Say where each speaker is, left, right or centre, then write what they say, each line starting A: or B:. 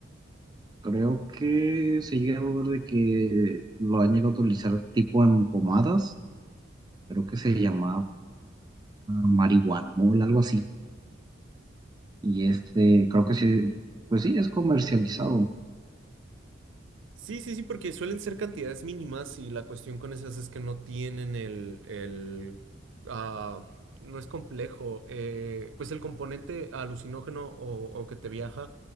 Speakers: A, on the right; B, on the right.
A: Creo que se ha llegado a ver de que lo han llegado a utilizar tipo en pomadas, creo que se llamaba marihuanol, algo así. Y este, creo que sí, pues sí, es comercializado.
B: Sí, sí, sí, porque suelen ser cantidades mínimas y la cuestión con esas es que no tienen el, el, ah, no es complejo, eh, pues el componente alucinógeno o, o que te viaja,